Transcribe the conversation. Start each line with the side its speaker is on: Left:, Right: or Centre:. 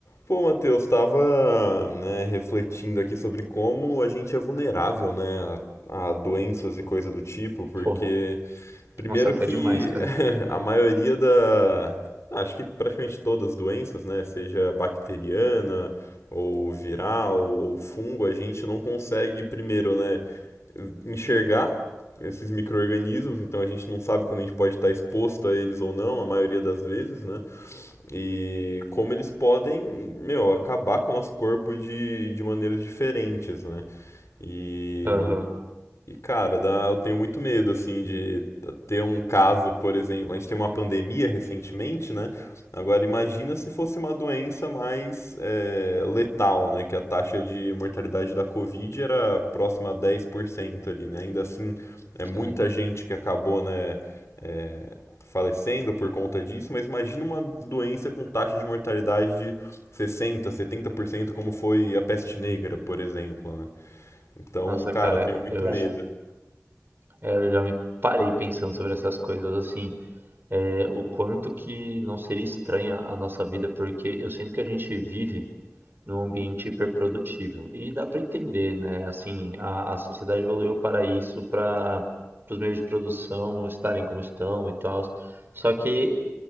Left: Pô, Matheus, estava, né, refletindo aqui sobre como a gente é vulnerável, né, a, a doenças e coisa do tipo, porque
Right: Pô,
Left: primeiro
Right: nossa, até
Left: que
Right: demais, cara.
Left: <laughs> a maioria da, acho que praticamente todas as doenças, né, seja bacteriana ou viral ou fungo, a gente não consegue primeiro, né, enxergar esses micro-organismos, então a gente não sabe quando a gente pode estar exposto a eles ou não, a maioria das vezes, né? E como eles podem, meu, acabar com o nosso corpo de, de maneiras diferentes, né? E
Right: Aham,
Left: e, cara, dá- eu tenho muito medo, assim, de ter um caso, por exemplo, a gente teve uma pandemia recentemente, né? Agora, imagina se fosse uma doença mais é, letal, né? Que a taxa de mortalidade da Covid era próxima a 10% ali, né? Ainda assim, é muita
Right: sim.
Left: gente que acabou, né, é, falecendo por conta disso, mas imagina uma doença com taxa de mortalidade de sessenta, setenta por cento, como foi a peste negra, por exemplo, né? Então,
Right: Nossa,
Left: cara,
Right: cara,
Left: eu tenho muito
Right: eu,
Left: medo.
Right: j- é, eu já me parei pensando sobre essas coisas, assim, é, o quanto que não seria estranha a nossa vida, porque eu sinto que a gente vive num ambiente hiperprodutível. E dá pra entender, né? Assim, a, a sociedade evoluiu para isso, para os meios de produção estarem como estão e tal. Só que